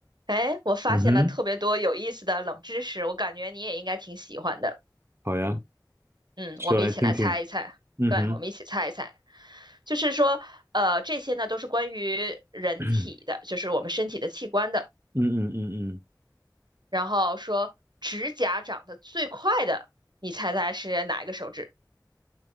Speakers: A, on the right; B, on the right.
A: 哎，我发现了特别多有意思的冷知识，
B: 嗯哼，
A: 我感觉你也应该挺喜欢的。
B: 好呀，
A: 嗯，
B: 说来听听。
A: 我们一起来猜一猜。
B: 嗯哼，
A: 对，我们一起猜一猜。就是说，呃，这些呢都是关于人体的，
B: <clears throat> 嗯
A: 就是我们身体的器官的。
B: 嗯嗯嗯，
A: 然后说，指甲长得最快的，你猜猜是哪一个手指？